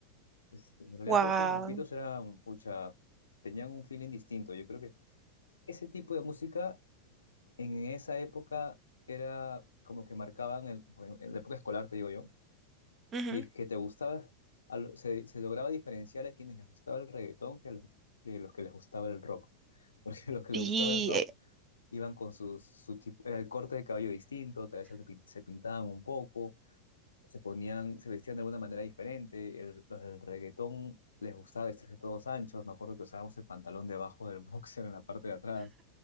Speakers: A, on the left (about 70°); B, on the right (about 25°).
A: Es- en realidad,
B: Wow.
A: todos esos grupitos eran, pucha, tenían un feeling distinto. Yo creo que ese tipo de música en esa época era como que marcaban, el, bueno, en la época escolar, te digo yo,
B: Ujú.
A: y es que te gustaba, a lo- se, se lograba diferenciar a quienes les gustaba el reggaetón que a los, de los que les gustaba el rock, porque <laughs> los que les
B: Sí,
A: gustaba el rock
B: eh,
A: iban con sus, su tipo, era el corte de cabello distinto, tal vez se, pin- se pintaban un poco, se ponían, se vestían de alguna manera diferente, el- los del reggaetón les gustaba vestirse todos anchos, me acuerdo que usábamos el pantalón debajo del <laughs> boxer en la parte de atrás.